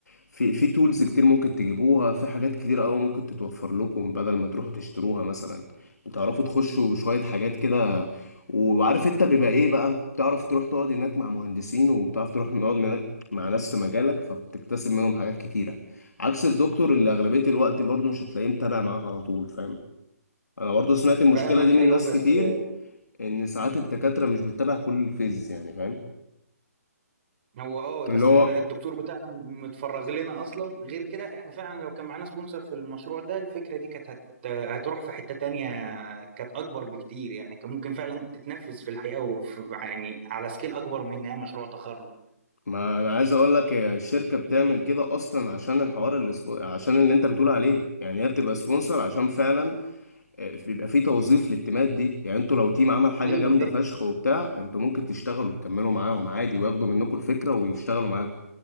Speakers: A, on the left; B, on the right.
A: في في تولز كتير ممكن تجيبوها في حاجات كتير أوي ممكن تتوفر لكم بدل ما تروحوا تشتروها مثلا بتعرفوا تخشوا شوية حاجات كده وعارف أنت بيبقى إيه بقى تعرف تروح تقعد هناك مع مهندسين وبتعرف تروح تقعد هناك مع ناس في مجالك فبتكتسب منهم حاجات كتيرة عكس الدكتور اللي اغلبيه الوقت برضه مش هتلاقيه متابع معاك على طول فاهم انا برضه سمعت المشكله
B: فاهمك
A: دي من
B: ايوه
A: ناس
B: بس
A: كتير ان ساعات الدكاتره مش بتتابع كل الفيز يعني فاهم
B: هو اه بس
A: اللي هو
B: احنا الدكتور بتاعنا متفرغ لنا اصلا غير كده احنا فعلا لو كان معانا سبونسر في المشروع ده الفكره دي كانت هت... هتروح في حته تانية كانت اكبر بكتير يعني كان ممكن فعلا تتنفذ في الحقيقه وفي يعني على سكيل اكبر من انها مشروع تخرج
A: ما انا عايز اقول لك الشركه بتعمل كده اصلا عشان الحوار اللي سبو... عشان اللي انت بتقول عليه يعني هي بتبقى سبونسر عشان فعلا آه، بيبقى في توظيف للتيمات دي يعني انتوا لو تيم عمل حاجة
B: ايوه
A: جامدة
B: ايوه
A: فشخ وبتاع انتوا ممكن تشتغلوا تكملوا معاهم عادي وياخدوا منكم الفكرة ويشتغلوا معاكم